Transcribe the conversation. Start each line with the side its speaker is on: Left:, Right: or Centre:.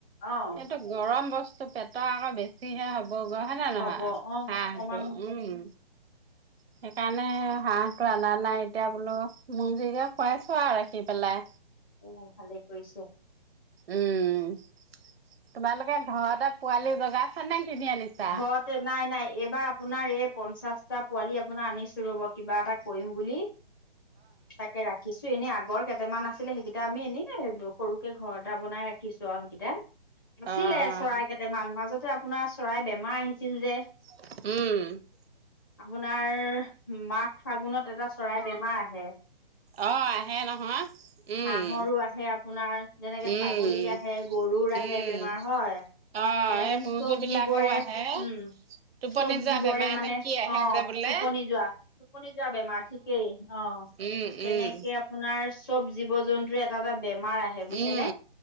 Left: অ',
Right: এইটো গৰম বস্তু পেটৰ আকৌ বেছিহে হ'ব। গৰম হয় নে নহয়?
Left: হ'ব অ',
Right: হাঁহটো
Left: অকমান
Right: উম, সেইকাৰণে হাঁহ তো অনা নাই, এতিয়া বোলো মূৰ্গীকে খুৱাইছো আৰু ৰাখি পেলাই।
Left: অ', অ', ভালেই কৰিছে।
Right: উম, তোমালোকে ঘৰতে পোৱালি জগাইছা নে কিনি আনিছা?
Left: ঘৰতে নাই নাই, এইবাৰ আপোনাৰ এই পঞ্চাশটা পোৱালি, আপোনাৰ আনিছো ৰ'ব কিবা এটা কৰিম বুলি। তাকে ৰাখ ৰাখিছোঁ, এনেই আগৰ কেইটামান আছিলে, সেইকেইটা আমি এনেই সৰুকে ঘৰ এটা বনাই ৰাখিছোঁ আৰু সেইকেইটা।
Right: অ',
Left: আছিলে চৰাই কেইটামান মাজতে আপোনাৰ চৰাই বেমাৰ আহিছিল যে।
Right: উম।
Left: আপোনাৰ, মাঘ ফাগুনত এটা চৰাই বেমাৰ আহে।
Right: অ', আহে নহয়। উম,
Left: হাঁহৰো আহে, আপোনাৰ যেনেকে
Right: উম,
Left: ছাগলীৰ, আহে গৰুৰ
Right: উম।
Left: আহে বেমাৰ হয়।
Right: অ',
Left: তেনেকে
Right: এই মুৰ্গী
Left: চবজি
Right: বিলাকো
Left: বোৰে,
Right: আহে।
Left: উম।
Right: টোপনি
Left: চবজ
Right: যোৱা বেমাৰ
Left: বৰে মানে
Right: নে কি আহে
Left: অ'
Right: যে বোলে।
Left: টোপনি যোৱা টোপনি যোৱা বেমাৰ ঠিকেই অ'।
Right: উম
Left: তেনেকে
Right: উম।
Left: আপোনাৰ চব জীৱ জন্তু এটা এটা বেমাৰ আহে বুজিছেনে,
Right: উম,